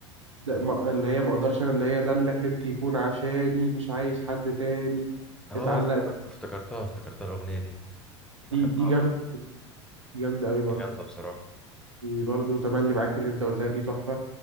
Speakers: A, on the right; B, in the centre.
A: ده- ما- اللي هي ما اقدرش انا اللي هي ده اللي حلمت يكون عشاني مش عايز حد تاني
B: اه
A: اتعلقت
B: افتكرت افتكرتها افتكرتها الاغنية دي بحبها
A: دي دي جامده
B: برضه
A: دي جامده قوي برضه
B: جامدة بصراحة
A: دي برضه تملي معاك اللي انت قلتها دي تحفه